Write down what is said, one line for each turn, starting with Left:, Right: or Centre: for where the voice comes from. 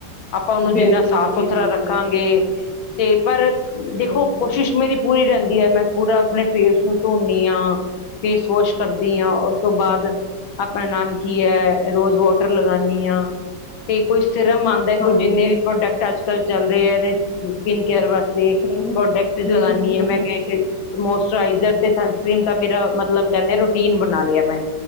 Left: ਆਪਾਂ ਉਹਨੂੰ
Centre: ਬਿਲਕੁਲ
Left: ਜਿੰਨਾ ਸਾਫ਼
Centre: ਜੀ
Left: ਸੁਥਰਾ
Centre: ਬਿਲਕੁਲ।
Left: ਰੱਖਾਂਗੇ ਤੇ ਪਰ ਦੇਖੋ
Centre: ਹਮ,
Left: ਕੋਸ਼ਿਸ਼ ਮੇਰੀ ਪੂਰੀ ਰਹਿੰਦੀ ਹੈ ਮੈਂ ਪੂਰਾ ਆਪਣੇ ਫੇਸ ਨੂੰ ਧੋਦੀ ਹਾਂ ਫੇਸ ਵਾਸ਼ ਕਰਦੀ ਹਾਂ ਉਸ ਤੋਂ ਬਾਅਦ ਆਪਣਾ ਨਾਮ ਕੀ ਹੈ? ਰੋਜ਼ ਵਾਟਰ ਲਗਾਉਦੀ ਹਾਂ ਤੇ ਕੋਈ ਸਿਰਮ ਆਉਂ ਦੇਖੋ
Centre: ਹਾਂਜੀ।
Left: ਜਿੰਨੇ ਵੀ ਪ੍ਰੋਡਕਟ ਅੱਜ- ਕੱਲ੍ਹ ਚੱਲ ਰਹੇ ਹੈ ਨੇ ਸਕਿਨ ਕੇਅਰ ਵਾਸਤੇ
Centre: ਹਮ, ਹਮ,
Left: ਪ੍ਰੋਡਕਟ ਜੋ
Centre: ਹਮ,
Left: ਲਾਉਦੀ
Centre: ਹਮ,
Left: ਆ,
Centre: ਹਮ,
Left: ਮੈਂ
Centre: ਹਮ,
Left: ਕਿਹਾ ਕੇ ਮੋਸਚਰਾਈਜ਼ਰ ਤੇ ਸਨਸ੍ਰੀਨ ਦਾ, ਮੇਰਾ ਮਤਲਬ ਕਹਿੰਦੇ ਰੂਟੀਨ ਬਣਾ ਲਿਆ ਮੈਂ।